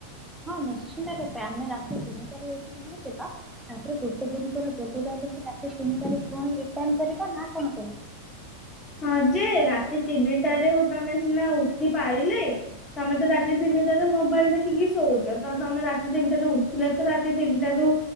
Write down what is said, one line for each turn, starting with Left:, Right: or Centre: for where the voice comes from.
Centre: ହଁ ନିଶ୍ଚିନ୍ତ ରୂପେ ଆମେ ତିନିଟଠ ବାହାରି ଯିବା ତାପରେ ଗୋଟେ ଦିନ ପରେ ବୁିଲ ରା ତିନିଟୁଣି କରିବା ନା କଣ କହୁ
Left: ହଁ ଯେ ରାତି ତିନିଟାରେ ତମେ ସିନା ଉଠି ପାରିଲେ ତମେ ତ ରାତି ତିନିଟାରେ ମୋବାଇଲ ଦେଖିକି ଶୋଉଛ ତ ତମେ ରାତି ତିନିଟାରେ ଉଠିଲ ତ ରାତି ତିନିଟ ର